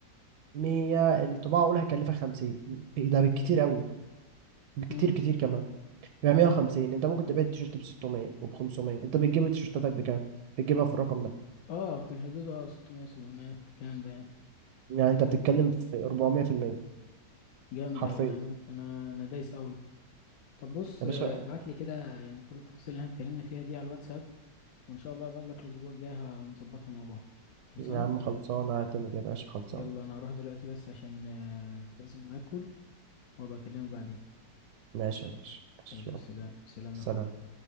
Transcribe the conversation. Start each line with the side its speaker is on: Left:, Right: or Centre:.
Right: 100 الطباعه اقول هيكلفك 50 ده بالكتير قوي بكتير
Left: امم
Right: كتير كمان يبقى 150 انت ممكن تبيع التيشيرت ب 600 وب 500 انت بتجيب تيشيرتاتك بكام بتجيبها في الرقم ده
Left: اه في الحدود اه 600 700 في الكلام ده يعني
Right: يعني انت بتتكلم في 400%
Left: جامد
Right: حرفيا
Left: اوي انا انا انا دايس اوي طب بص
Right: يا
Left: آه،
Right: باشا
Left: ابعت لي كده يعني كل التفاصيل اللي احنا اتكلمنا فيها دي على الواتساب وان شاء الله مقابلك الاسبوع الجاي هنظبطها مع بعض خلصانه
Right: يا عم خلصانه اعتمد يا باشا خلصانه
Left: يلا انا هروح دلوقتي بس عشان آه، لازم اكل وابقى اكلمك بعدين
Right: ماشي يا باشا ماشي
Left: يلا
Right: يلا
Left: سلام سلام
Right: سلام
Left: يا اخوي